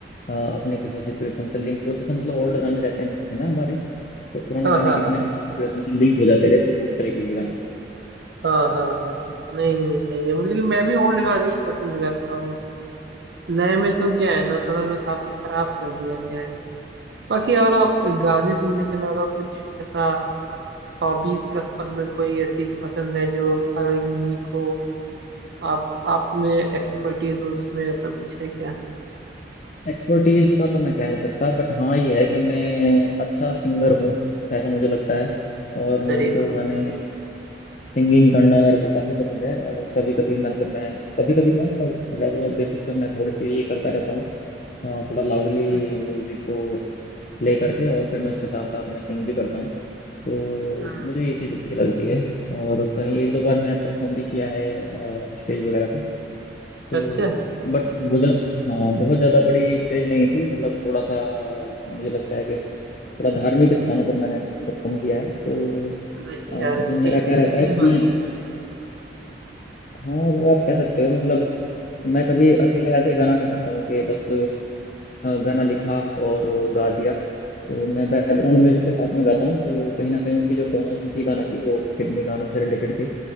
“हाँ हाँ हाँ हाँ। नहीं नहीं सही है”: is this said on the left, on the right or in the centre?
Right